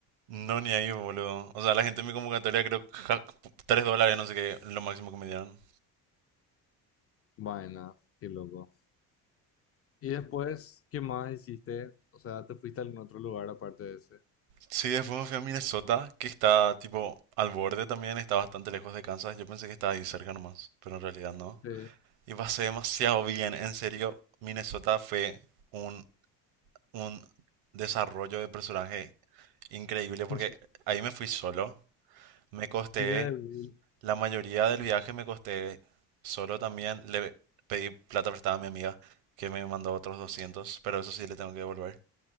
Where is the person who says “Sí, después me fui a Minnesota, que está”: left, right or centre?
Right